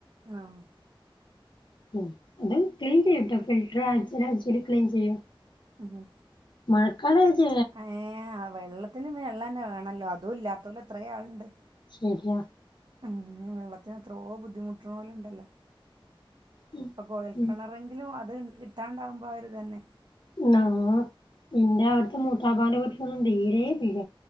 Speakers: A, on the right; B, on the left.
A: ആഹ്
B: ഉം അത് ക്ലീൻ ചെയ്യൂട്ടോ ഫിൽറ്ററ് ആഴ്‌ച്ചേല് ആഴ്‌ച്ചേല് ക്ലീൻ ചെയ്യും
A: അഹാ
B: മഴക്കാലായേച്ച്
A: ഏഹ്‌ വെള്ളത്തിന് വെള്ളന്നെ വേണല്ലോ അതും ഇല്ലാത്തോല് എത്രേ ആളുണ്ട്
B: ശരിയ
A: ഉം വെള്ളത്തിന് എത്രോ ബുദ്ധിമുട്ട്ണോല് ഉണ്ടല്ലോ
B: ഉം.
A: ഇപ്പ കൊയൽ
B: ഉം.
A: കിണറെങ്കിലും അത് കിട്ടാണ്ടാവുമ്പോൾ അതൊരു ഇതന്നെ
B: ആ എന്റെ ഇവിടുത്തെ മൂത്താപാന്റെ വീട്ടിലൊന്നും തീരെ ഇല്ല